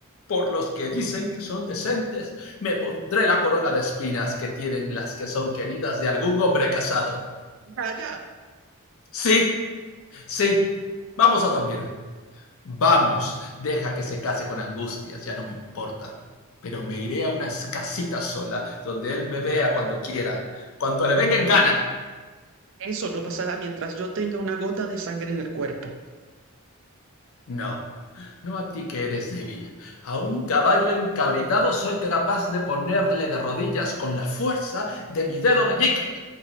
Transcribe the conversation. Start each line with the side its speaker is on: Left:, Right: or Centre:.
Left: por los que dicen que son decentes, me pondré la corona de espinas que tienen las que son queridas de algún hombre casado.
Right: Vaya.
Left: Sí, sí, vamos a dormir. Vamos, deja que se case con angustias, ya no me importa. Pero me iré a una casita sola, donde él me vea cuando quiera, cuando le venga en gana.
Right: Eso no pasará mientras yo tenga una gota de sangre en el cuerpo.
Left: No, no a ti que eres débil. A un caballo encabritado soy capaz de ponerle de rodillas con la fuerza de mi dedo meñique.